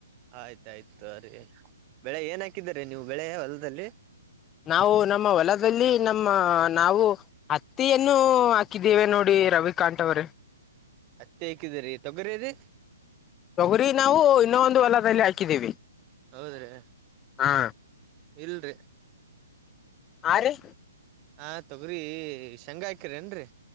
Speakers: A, on the right; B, on the left.
A: ಆಯ್ತಾಯ್ತು ರೀ ಬೆಳೆ ಏನ್ ಹಾಕಿದರಿ ನೀವು ಬೆಳೆ ಹೊಲದಲ್ಲಿ?
B: ನಾವು ನಮ್ಮ ಹೊಲದಲ್ಲಿ ನಮ್ಮ ನಾವು ಹತ್ತಿಯನ್ನು ಹಾಕಿದ್ದೇವೆ ನೋಡಿ ರವಿಕಾಂತ್ ಅವ್ರೇ.
A: ಹತ್ತಿ ಹಾಕಿದೀರಿ ತೊಗರಿ ರೀ?
B: ತೊಗುರಿ ನಾವು ಇನ್ನೊಂದು ಹೊಲದಲ್ಲಿ ಹಾಕಿದೀವಿ
A: ಹೌದ್ರಿ
B: ಹ
A: ಇಲ್ರಿ
B: ಆ ರೀ
A: ಹ ತೊಗ್ರಿ ಶಂಗ ಹಾಕಿರ್ ಏನ್ರಿ.